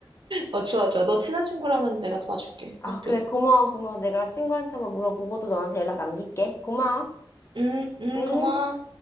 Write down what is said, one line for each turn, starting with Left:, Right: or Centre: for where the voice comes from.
Right: 어, 좋아, 좋아. 너 친한 친구라면 내가 도와줄게.
Left: 아,
Right: 학교.
Left: 그래. 고마워, 고마워. 내가 친구한테 한번 물어보고도 너한테 연락 남길게. 고마워.
Right: 응, 응,
Left: 응?
Right: 고마워.